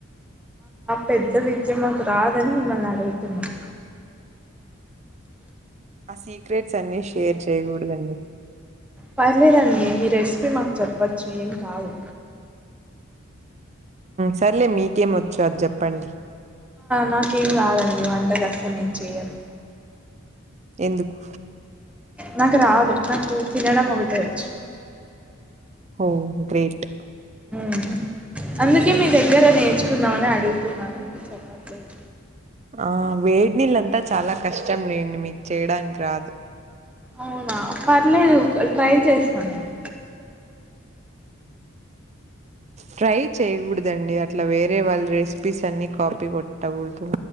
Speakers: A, in the centre; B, on the right (about 30°).
A: పెద్ద విద్య మాకు రాదని మిమ్మల్ని అడుగుతున్నాం
B: ఆ సిక్రెట్స్ అన్నీ షేర్ చేయకూడదండి
A: పర్లేదండి మీ రెసిపీ మాకు చెప్పచ్చు ఏం కాదు
B: సరలే మీకేమ్ వచ్చు అది చెప్పండి
A: నాకేం రాదండి వంట అసలు నేను చెయను
B: ఎందుకు
A: నాకు రాదు నా కూ తినడం ఒకటే వచ్చు
B: ఒ గ్రేట్
A: మ్ అందుకే మీ దగ్గర నేర్చుకుందామని అడుగుతున్నాను మీకు చెప్పట్లేదు
B: ఆ వేడినీళ్ళంతా చాలా కష్టం నేను మీకు చేయడానికి రాదు
A: అవునా పర్లేదు ట్రై చేస్తాను నేను
B: ట్రై చేయకూడదండి, అట్లా వేరే వాళ్ళ రెసిపీస్ అన్ని కాపీ కొట్టకూడదు